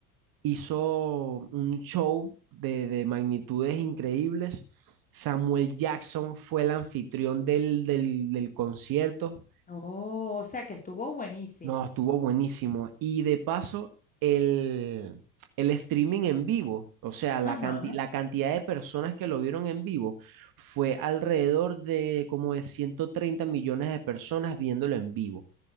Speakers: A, on the right (about 50°); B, on the left (about 20°).
A: hizo un show de, de magnitudes increíbles. Samuel Jackson fue el anfitrión del, del, del concierto.
B: Oh, o sea que estuvo buenísimo.
A: No, estuvo buenísimo. Y de paso, el, el streaming en vivo, o sea, la
B: Ajá.
A: canti- la cantidad de personas que lo vieron en vivo fue alrededor de como de 130 millones de personas viéndolo en vivo.